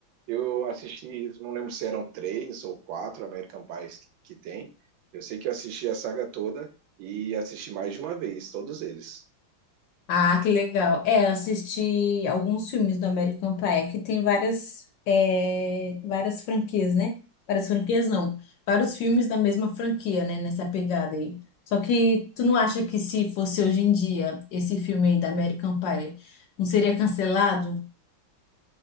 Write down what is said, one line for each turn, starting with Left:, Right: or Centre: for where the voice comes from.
Right: eu assisti, não lembro se eram três ou quatro American Pies que, que tem. Eu sei que eu assisti a saga toda e assisti mais de uma vez, todos eles.
Left: Ah, que legal. É, eu assisti alguns filmes do American Pie, que tem várias, é, várias franquias, né? Várias franquias, não. Vários filmes da mesma franquia, né? Nessa pegada aí. Só que tu não acha que se fosse hoje em dia esse filme aí da American Pie não seria cancelado?